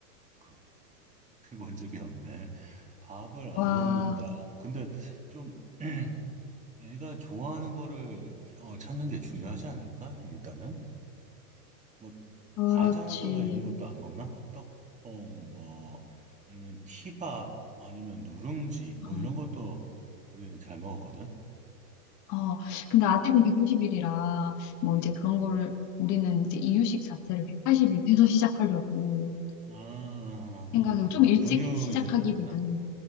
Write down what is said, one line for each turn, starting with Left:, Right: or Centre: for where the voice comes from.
Right: 그- 그렇게 본 적이 없네. 밥을
Left: 와,
Right: 안 먹는다. 근데 좀 <clears throat> 애가 좋아하는 거를 어, 찾는 게 중요하지 않을까? 일단은. 뭐,
Left: 그렇지.
Right: 과자라든가 이런 것도 안 먹나? 떡볶, 뭐, 아니면 티밥, 아니면 누룽지, 뭐
Left: 어.
Right: 이런 것도 우리는 잘 먹었거든.
Left: 어, 근데 아직은 150일이라, 뭐
Right: 음.
Left: 이제 그런 거를 우리는 이제 이유식 자체를 180일 돼서 <laughs> 시작하려고
Right: 아, 아,
Left: 생각해요.
Right: 그렇구나.
Left: 좀 일찍
Right: 분유
Left: 시작하기보다는.
Right: 이제 갔구나.